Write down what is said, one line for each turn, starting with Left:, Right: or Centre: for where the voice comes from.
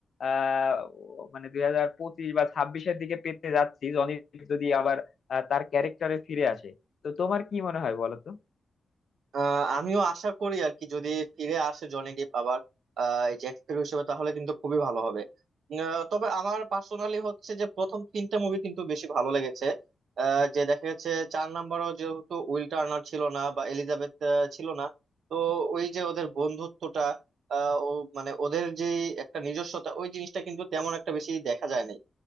Left: আহ মানে দুই হাজার পঁচিশ বা ছাব্বিশের দিকে পেতে যাচ্ছি জনি যদি আবার আহ, তার ক্যারেক্টারে ফিরে আসে তো তোমার কি মনে হয় বলো তো
Right: আহ আমিও আশা করি আর কি যদি ফিরে আসে জনি ডিপ আবার আহ, এই যে অ্যাক্টর হিসেবে তাহলে কিন্তু খুবই ভালো হবে উম, আহ, তবে আমার পার্সোনালি হচ্ছে যে প্রথম তিনটা মুভি কিন্তু বেশি ভালো লেগেছে আহ, যে দেখা যাচ্ছে চার নাম্বারও যেহেতু উইল টার্নার ছিল না বা এলিজাবেথ আহ, ছিল না তো ওই যে ওদের বন্ধুত্বটা আহ, ও মানে ওদের যে একটা নিজস্বতা ওই জিনিসটা কিন্তু তেমন একটা বেশি দেখা যায় না